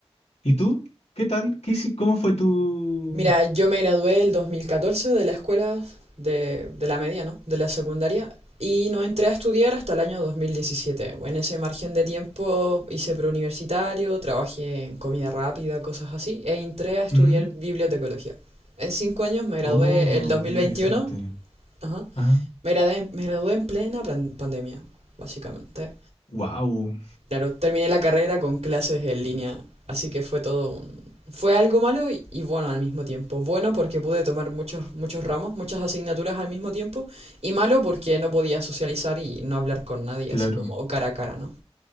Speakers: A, on the left (about 80°); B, on the right (about 85°).
A: ¿Y tú? ¿Qué tal? ¿Qué hici- ¿Cómo fue tu...?
B: Mira, yo me gradué el 2014 de la escuela de, de la media, ¿no? De la secundaria y no entré a estudiar hasta el año 2017. En ese margen de tiempo hice preuniversitario, trabajé en comida rápida, cosas así, e entré a estudiar
A: Ujú.
B: bibliotecología. En cinco años me gradué
A: Oh,
B: el 2021,
A: qué interesante.
B: ajá,
A: Ajá.
B: me gradué, en- me gradué en plena plan- pandemia, básicamente.
A: Wow,
B: Claro, terminé la carrera con clases en línea, así que fue todo un... Fue algo malo y, y bueno al mismo tiempo. Bueno porque pude tomar muchos, muchos ramos, muchas asignaturas al mismo tiempo, y malo porque no podía socializar y no hablar con nadie,
A: claro.
B: así como cara a cara, ¿no?